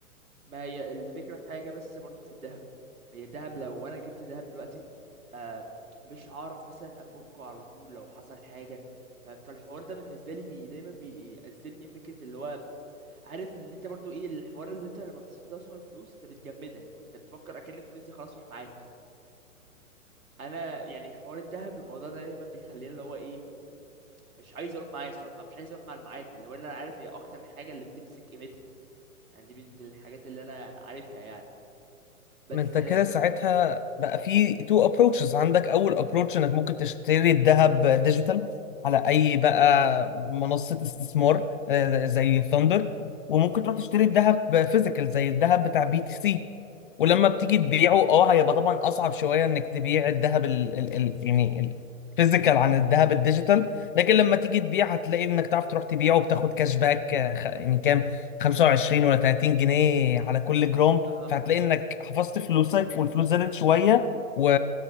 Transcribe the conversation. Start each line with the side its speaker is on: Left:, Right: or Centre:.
Right: ما هي الفكرة في حاجة بس برضو في الذهب هي الذهب لو انا جبت ذهب دلوقتي آه مش هعرف مثلا افكه على طول لو حصل حاجة ف- فالحوار ده بالنسبة لي بي دايما بيأزمني فكرة اللي هو عارف اللي انت برضو ايه الحوار اللي انت لما بتستثمر الفلوس انت بتجمدها يعني انت بتفكر اكن الفلوس دي خلاص مش معاك فانا يعني في حوار الذهب الموضوع ده دايما بيخليني اللي هو ايه مش عايز اروح معايا الصراحة مش عايز اروح مع المعادن لو انا عارف هي اكتر حاجة اللي بتمسك قيمتها يعني دي من من الحاجات اللي انا عارفها يعني بس
Left: ما انت كده ساعتها بقى في تو ابروتشز عندك اول ابروتش انك ممكن تشتري الذهب ديجيتال على اي بقى
Right: ايه
Left: منصة استثمار آه، زي ثاندر وممكن
Right: جميل
Left: تروح تشتري الذهب فيزيكال زي الذهب بتاع بي تي سي ولما بتيجي تبيعه اه هيبقى طبعا اصعب شوية انك تبيع الذهب ال ال ال يعني الفيزيكال عن الذهب الديجيتال لكن لما تيجي تبيع هتلاقي انك تعرف تروح تبيعه وبتاخد كاش باك آه، خ- يعني كام 25 ولا 30 جنيه على كل جرام
Right: اها
Left: فهتلاقي انك حفظت فلوسك والفلوس زادت شويه و...